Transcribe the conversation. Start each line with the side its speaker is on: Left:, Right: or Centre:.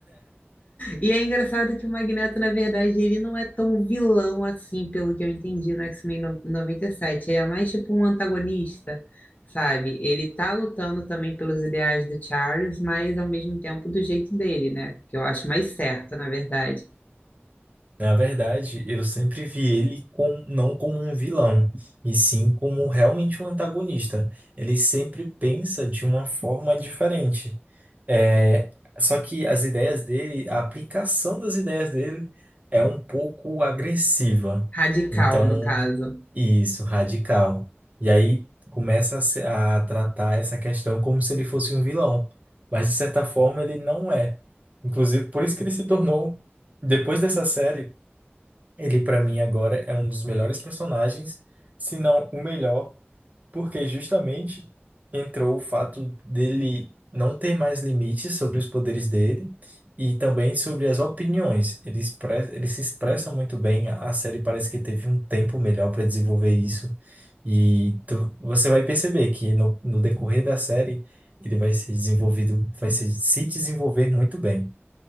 Left: E é engraçado que o Magneto, na verdade, ele não é tão vilão assim, pelo que eu entendi no X-Men no- 97. Ele é mais tipo um antagonista, sabe? Ele tá lutando também pelos ideais do Charles, mas ao mesmo tempo do jeito dele, né? Que eu acho mais certo, na verdade.
Right: Na verdade, eu sempre vi ele com, não como um vilão, e sim como realmente um antagonista. Ele sempre pensa de uma forma diferente. É, só que as ideias dele, a aplicação das ideias dele é um pouco agressiva.
Left: Radical,
Right: Então,
Left: no caso.
Right: isso, radical. E aí começa a, se- a tratar essa questão como se ele fosse um vilão. Mas, de certa forma, ele não é. Inclusive, por isso que ele se tornou, depois dessa série. Ele, pra mim, agora é um dos melhores personagens, se não o melhor, porque justamente entrou o fato dele não ter mais limites sobre os poderes dele e também sobre as opiniões. Ele, expressa, ele se expressa muito bem, a série parece que teve um tempo melhor para desenvolver isso. E tu- você vai perceber que no, no decorrer da série ele vai ser desenvolvido, vai se se desenvolver muito bem.